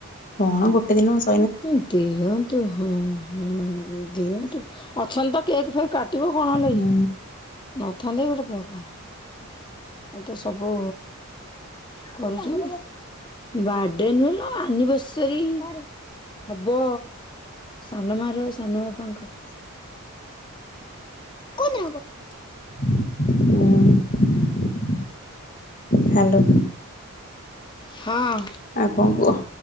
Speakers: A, on the left (about 40°); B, on the left (about 20°).
A: କଣ ଗୋଟେ ଦିନ ସ
B: ହୁଁ ଦିଅନ୍ତୁ ହଁ ହଁ ଦିଅନ୍ତୁ ଅଛନ୍ତି ତ କେକ୍ ଫେକ୍ କା ଟିବ କଣ ହେଲା
A: ହୁଁ
B: କି ନଥାନ୍ତେ କି ଗୋଟେ ପ୍ରକାର। ଆଉ ତ ସବୁ କରୁଛୁ ବାଡେ ନୁହେ ଲ ଆନିଭର୍ସରୀ। ହବ ସାନ ମା ରେ ସାନ ବାପାଙ୍କର। <inaudible>
A: ହୁଁ। ହ୍ୟାଲୋ।
B: ହଁ।
A: ଆଉ କଣ କୁହ?